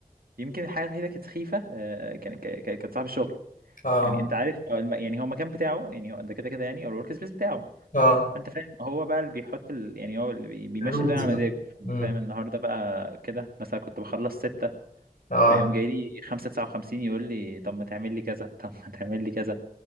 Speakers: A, on the right; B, on the left.
A: يمكن الحاجه الوحيده كانت سخيفه آه كان ك- ك- كانت صاحب الشغل
B: اه
A: يعني انت عارف آه، الم- يعني هو المكان بتاعه يعني هو ده كده كده يعني او الورك سبيس بتاعه
B: اه
A: فانت فاهم هو بقى اللي بيحط ال... يعني هو اللي بي- بيمشي
B: الرولز
A: الدنيا على
B: بقى
A: مزاجه فانت
B: امم
A: فاهم النهارده بقى كده مثلا كنت بخلص ستة
B: اه
A: فيقوم جاي لي خمسة تسعة وخمسين يقول لي طب ما تعمل لي كذا طب ما تعمل لي كذا